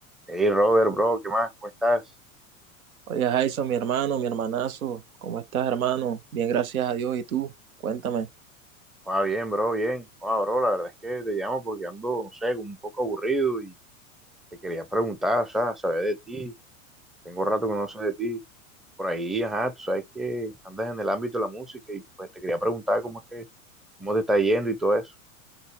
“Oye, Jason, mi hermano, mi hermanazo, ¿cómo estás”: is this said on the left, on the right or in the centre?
Right